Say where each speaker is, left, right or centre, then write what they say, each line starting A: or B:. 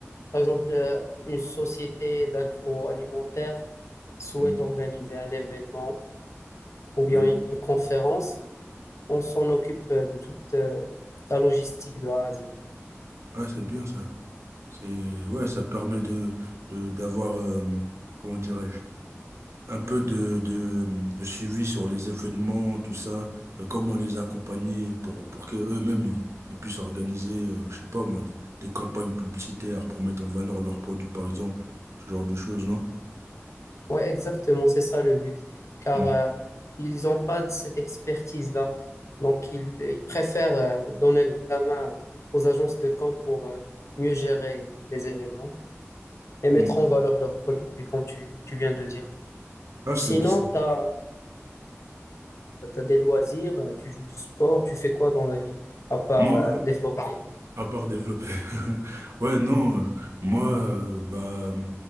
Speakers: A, on the left (about 75°); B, on the right (about 65°).
A: Par exemple, euh, une société d'agroalimentaire souhaite
B: Mm.
A: organiser un événement ou bien
B: Oui.
A: une conférence. On s'en occupe euh, de toute euh, la logistique de A à Z.
B: Ah, c'est bien ça. C'est, ouais, ça permet de, de- d'avoir, euh, comment dirais-je? un peu de, de, de suivi sur les événements, tout ça, euh, comment les accompagner pour, pour que eux-mêmes ils, ils puissent organiser, euh, je sais pas moi, des, des campagnes publicitaires pour mettre en valeur leurs produits, par exemple, ce genre de choses, non?
A: Ouais, exactement, c'est ça le but. Car
B: Mm.
A: euh, ils n'ont pas de cette expertise-là. Donc, ils, ils préfèrent euh, donner la main aux agences de camp pour euh, mieux gérer les événements et mettre
B: Mm.
A: en valeur leurs produits, comme tu, tu viens de dire.
B: Ah,
A: Sinon,
B: c'est, c'est-
A: tu as, des loisirs, euh, tu joues du sport, tu fais quoi dans la vie à part
B: moi,
A: euh,
B: euh,
A: développer?
B: à part développer, <laughs> ouais, non, euh, moi, euh, bah,